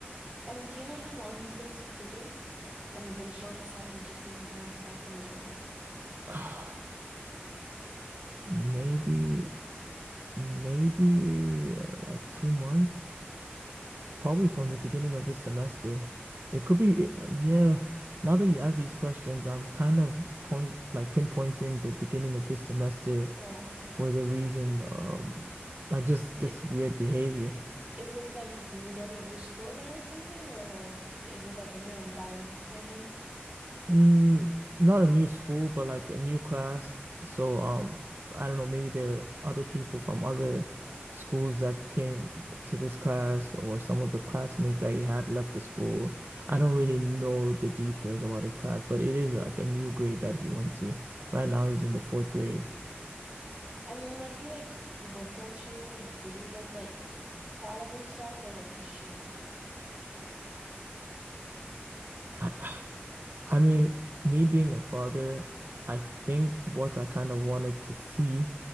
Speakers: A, on the right (about 30°); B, on the right (about 60°).
A: And do you know how long he's been secluded? and been showing signs of just being by himself in his room.
B: <sighs> Maybe, maybe uh, like two months. Probably from the beginning of this semester. It could be, it- uh, yeah. Now that you ask these questions, I'm kind of point like pinpointing the beginning of this semester
A: Yeah.
B: for the reason, um, like just
A: Did,
B: this weird behavior.
A: is it like, did you go to a new school now or something? Or like, is it like a new environment for him?
B: Mm, not a new school, but like a new class. So, um, I don't know, maybe there are other people from other schools that came to this class, or some of the classmates that he had left the school. I don't really know the details about his class, but it is like a new grade that he went to. Right now, he's in the fourth grade.
A: And then when he like looked at you, did he look like proud of himself or like ashamed?
B: <sighs> I mean, me being a father, I think what I kind of wanted to see